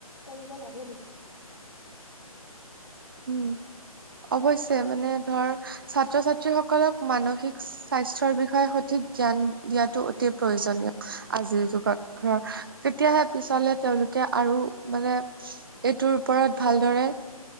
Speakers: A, on the left (about 60°); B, on the right (about 35°).
A: কৰিব লাগে নেকি
B: উম অৱশ্যে মানে ধৰ ছাত্ৰ ছাত্ৰী সকলক মানসিক স্বাস্থ্যৰ বিষয়ে সঠিক জ্ঞান দিয়াটো অতি প্ৰয়োজনীয় আজিৰ যুগত ধৰ তেতিয়াহে পিছলে তেওঁলোকে আৰু মানে এইটোৰ ওপৰত ভালদৰে